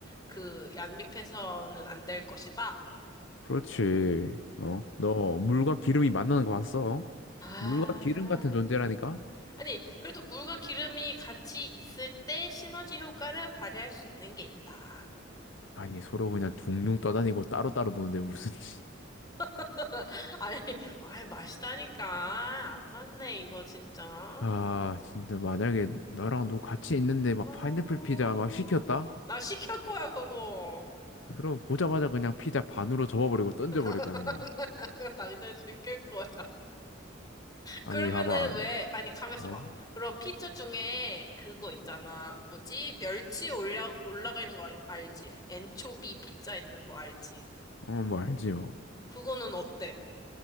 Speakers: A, on the left; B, on the left.
A: 그 양립해서는 안 될 것이다.
B: 그렇지. 어? 너 물과 기름이 만나는 거 봤어?
A: 아.
B: 물과 기름 같은 존재라니까?
A: 아니, 그래도 물과 기름이 같이 있을 때 시너지 효과를 발휘할 수 있는 게 있다.
B: 아니, 서로 그냥 둥둥 떠다니고 따로따로 노는데 무슨 <laughs>
A: <laughs> 아니, 아이, 맛있다니까. 안 맞네, 이거 진짜.
B: 아, 진짜 만약에 너랑 누구 같이 있는데 막
A: 어,
B: 파인애플 피자 막 시켰다?
A: 나 시킬 거야, 그거.
B: 그럼 보자마자 그냥 피자 반으로 접어버리고
A: <laughs>
B: 던져버릴
A: 나
B: 거야, 그냥.
A: 그거 당장 시킬 거야.
B: 아니,
A: 그러면은
B: 봐봐, 아니,
A: 왜, 아니, 가만있어
B: 어?
A: 봐. 그럼 피자 중에 그거 있잖아. 뭐지? 멸치 올라, 올라가 있는 거 알- 알지? 엔초비 피자 있는 거 알지?
B: 어, 뭐 알지, 뭐.
A: 그거는 어때?